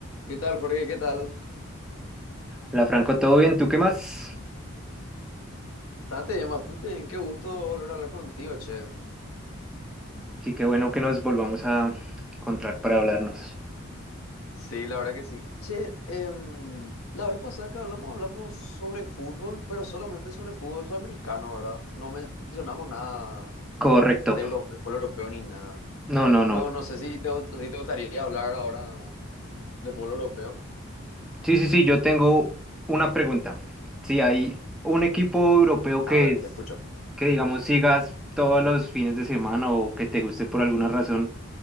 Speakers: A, on the left; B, in the centre.
A: ¿Qué tal, Jorge? ¿Qué tal?
B: Hola Franco, ¿todo bien? ¿Tú qué más?
A: Bastante bien, bastante bien. Qué gusto volver a hablar contigo, che.
B: Sí, qué bueno que nos volvamos a encontrar para hablarnos.
A: Sí, la verdad que sí. Che, em, la vez pasada que hablamos, hablamos sobre fútbol, pero solamente sobre fútbol sudamericano, ¿verdad? No mencionamos nada
B: Correcto.
A: de Euro- de fútbol europeo ni nada.
B: No, no, no.
A: No, no sé si te, si te gustaría hablar ahora de fútbol europeo.
B: Sí, sí, sí, yo tengo una pregunta. Si hay un equipo europeo que
A: A ver,
B: es,
A: te escucho.
B: que digamos sigas todos los fines de semana o que te guste por alguna razón.